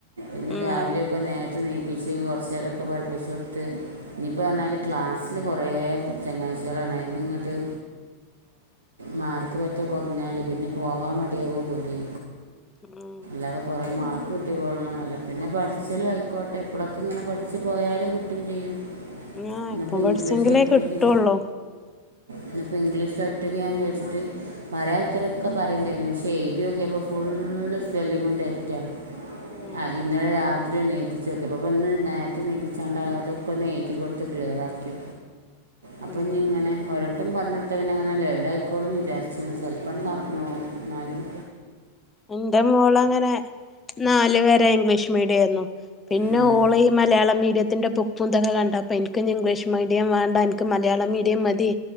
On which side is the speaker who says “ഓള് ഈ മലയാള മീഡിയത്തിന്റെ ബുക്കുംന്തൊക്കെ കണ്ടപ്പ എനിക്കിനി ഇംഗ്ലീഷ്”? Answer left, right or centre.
Left